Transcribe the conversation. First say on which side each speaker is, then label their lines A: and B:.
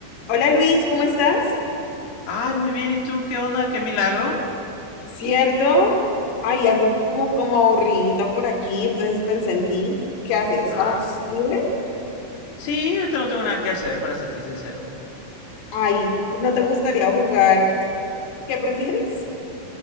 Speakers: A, on the left; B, on the left.
A: Hola Luis, ¿cómo estás?
B: Ay, muy bien. ¿Y tú qué onda? ¿Qué milagro?
A: ¿Cierto? Ay, ando como, como aburridita por aquí, entonces pensé en ti. ¿Qué haces? ¿Estás
B: Ay.
A: libre?
B: Sí, ahorita no tengo nada que hacer, para serte sincero.
A: Ay, pues no te gustaría jugar. ¿Qué prefieres?